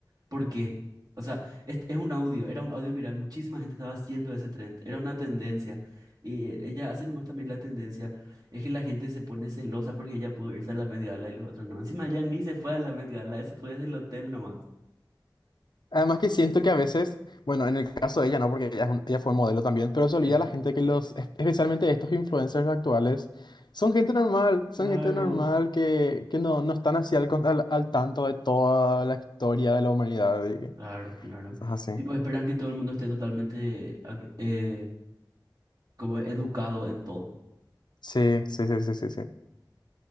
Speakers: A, on the right; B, on the left.
A: ¿Por qué? O sea, es, es un audio, era un audio viral, muchísima gente estaba haciendo ese trend, era una tendencia. Y eh, ella hace nomás también la tendencia, es que la gente se pone celosa porque ella pudo irse a la Met Gala y los otros no. Encima ella ni se fue a la Met Gala, eso fue desde el hotel nomás.
B: Además que siento que a veces, bueno, en el caso de ella no, porque ella, es un- ella fue modelo también, pero se
A: Sí,
B: olvida la gente que los, es- especialmente estos influencers actuales, son gente normal, son
A: claro,
B: gente normal que, que no, no están así al, con- al, al tanto de toda la historia de la humanidad y
A: claro, claro.
B: cosas así.
A: Tipo, esperan que todo el mundo esté totalmente ac- eh, como educado en todo.
B: Sí, sí, sí, sí, sí, sí.